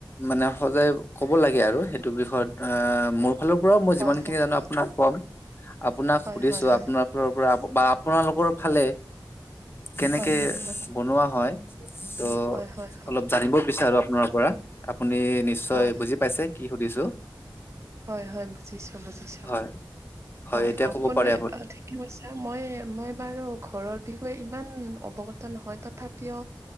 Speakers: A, on the left; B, on the right.
A: মানে সজাই কব লাগে আৰু সেইটো ইটো বিষয়ত আহ মোৰ ফালৰ পৰাও মই যিমানখিনি
B: হয় হয় হয়
A: জানো আপোনাক কম আপোনাক
B: হয়
A: সুধিছো
B: হয় হয়
A: আপোনাৰ ফালৰ পৰা বা আপোনালোকৰ ফালে কেনেকে
B: হয় হয় হয়
A: বনোৱা হয় ত'
B: হয় হয়
A: অলপ জানিব বিচাৰো আপোনাৰ পৰা আপুনি নিশ্চয়
B: হয়
A: বুজি পাইছে কি সুধিছো
B: হয় হয় বুজিছোঁ বুজিছোঁ
A: হয়,
B: হয়
A: এতিয়া
B: আপুনি
A: ক'ব পাৰে
B: কৈছা মই মই বাৰু ঘৰৰ বিষয়ে ইমান অৱগত নহয় তথাপিও